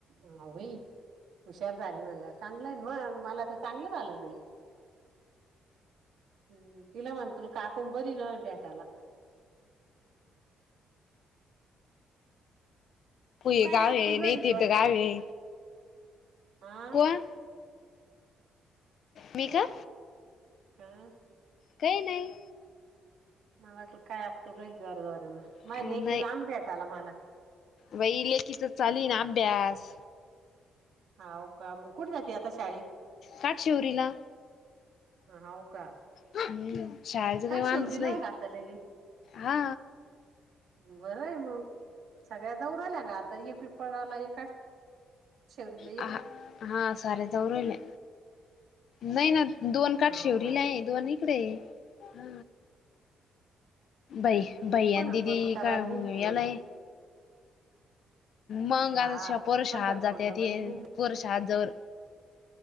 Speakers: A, on the right; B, on the left.
A: होय वई हुशार झाली म्हणला चांगलं मग मला तर चांगलं झालं बाई. हं तिला म्हण तुला काकुं बोलावल भेटायला.
B: हुये
A: तू काय
B: गाव
A: आपटून
B: आहे
A: राहिली
B: नाही तिथ गाव आहे.
A: आ?
B: कोण मी का?
A: कस?
B: काही नाही.
A: मला वाटलं काय आपटू राहिली जोराजोरान
B: अं,
A: माझ लेकीला
B: नाही
A: आण भेटायला मला.
B: बाई लेकीचा चालुय ना अभ्यास.
A: हो का मग कुठे जाते आता शाळेत?
B: काट शिवरीला
A: ह हो का
B: हम्म, शाळेचं
A: काय?
B: काही वांधच
A: शिवरीलाय
B: नाही
A: आता लगी.
B: हा
A: बरंय मग सगळ्या <unintelligible> ल्या ग आता <inaudible> <unintelligible> <inaudible> शेवरीला एक
B: अ हा साऱ्या जावु राहील्या. नाही ना दोन काठशेवरीला
A: हाव का
B: आहे. दोन इकडे आहे. बाई बाई
A: पंढरपूर
B: दिदी
A: करायला
B: का
A: निघली
B: मग यालाय.
A: तू
B: मग
A: हा
B: आता पोर
A: पंढरपूरला
B: शाळेत जाते ते
A: बरं निघ
B: पोर शाळेत जवळ